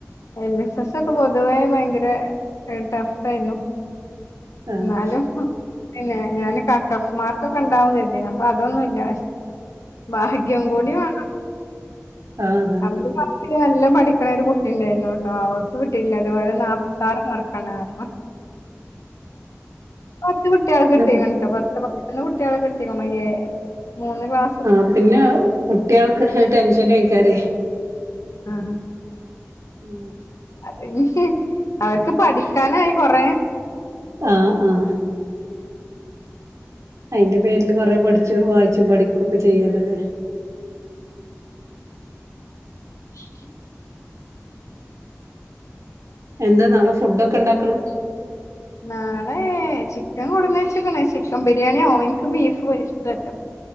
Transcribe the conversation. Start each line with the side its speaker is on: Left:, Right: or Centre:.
Left: എൽ എസ് എസ് ഒക്കെ പൊതുവേ ഭയങ്കര ടഫ് ആയിരുന്നു
Right: ആഹ്
Left: എന്നാലും പിന്നെ ഞാന് കട്ട് ഓഫ് മാർക്കൊക്കെ ഇണ്ടാവും കര്തിന് അപ്പൊ അതൊന്നുല്ല ഭാഗ്യം കൂടി വേണം
Right: ആഹ് അതാണ്
Left: അവന്റെ ക്ലാസ്സിൽ നല്ല പഠിക്കണ ഒരു കുട്ടി ഉണ്ടായിരുന്നുട്ടോ അവക്ക് കിട്ടില്ല അതുപോലെ നാ പ്പത്താർ മാറ്ക്കാണ് പറഞ്ഞു പത്തു കുട്ടിയൾക്ക്
Right: പിന്നെ
Left: കിട്ടീക്കിക്ക്ണ്ട്ടോ
Right: കു
Left: പത്തു പ നൊന്ന് കുട്ടികള കിട്ടിക്ക്ണ് എ മൂന്ന് ക്ലാസ്
Right: ആഹ് പിന്നെ കുട്ട്യാൾക്ക് അത്‌ ടെൻഷനെയ്ക്കാരെ
Left: ആഹ്
Right: ഉം
Left: അത് അവർക്ക് പഠിക്കാനായി കൊറേ
Right: ആഹ് ആഹ് അയിന്റെ പേരില് കൊറെ പഠിച്ചു വായിച്ചും പഠിക്കും ഒക്കെ ചെയ്യല്ലോലെ
Left: <unintelligible>
Right: എന്താ നാളെ ഫുഡ്‌ ഒക്കെ ഇണ്ടാക്ക്ണ്
Left: നാളെ ചിക്കൻ കൊടുന്ന് വെച്ച്ക്ക്ണ് ചിക്കൻ ബിരിയാണി ആവും ഇനിക്ക് ബീഫ് ഇഷ്ടല്ല